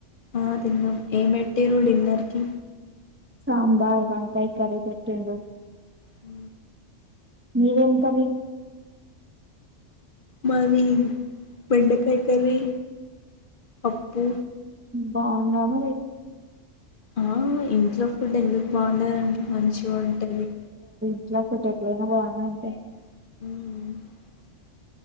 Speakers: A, on the left (about 50°); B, on the right (about 15°).
A: ఆ తిన్నం ఏం పెట్టిర్రు డిన్నర్కి.
B: సాంబార్, వంకాయ్ కర్రీ పెటింరు.
A: ఊ
B: మీదేం కర్రీ.
A: మాది బెండకాయ కర్రీ, పప్పు
B: బాగుందా మరి
A: ఆ ఇంట్లో ఇప్పుడు ఎందుకు బాగుండ దండి మంచిగ ఉంటది.
B: ఇట్లా ఫుడ్ ఎట్లయినా బాగానే ఉంటాయి.
A: ఊఊ